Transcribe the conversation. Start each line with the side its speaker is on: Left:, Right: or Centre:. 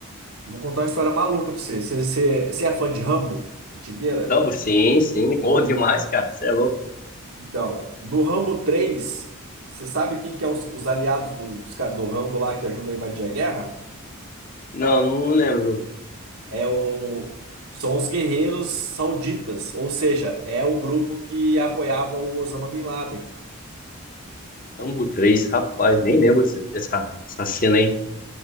Right: vou contar uma história maluca pra você. Você, você, você é fã de Rambo? Antigueira?
Left: Rambo, sim, sim. Boa demais, cara. Você é louco.
Right: Então, no Rambo três você sabe quem que é os, os aliados do, dos ca- do Rambo lá que ajudam a invadir a guerra?
Left: Não, não lembro.
Right: é o são os guerreiros sauditas, ou seja, é o grupo que apoiava o Osama Bin Laden.
Left: Rambo três, rapaz, nem lembro desse- dessa, dessa cena aí.